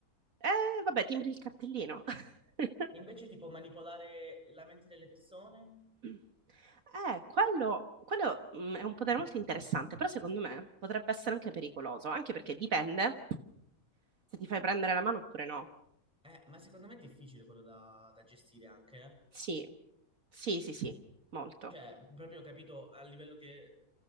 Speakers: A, on the right; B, in the centre.
A: Eh, vabbè, timbri il cartellino. <laughs>
B: E invece tipo manipolare la mente delle persone?
A: Eh, quello, quello, mm, è un potere molto interessante, però secondo me potrebbe essere anche pericoloso, anche perché dipende se ti fai prendere la mano oppure no.
B: Eh, ma secondo me è difficile quello da, da gestire anche. eh.
A: Sì, sì, sì, sì, molto.
B: Cioè, proprio ho capito a livello che...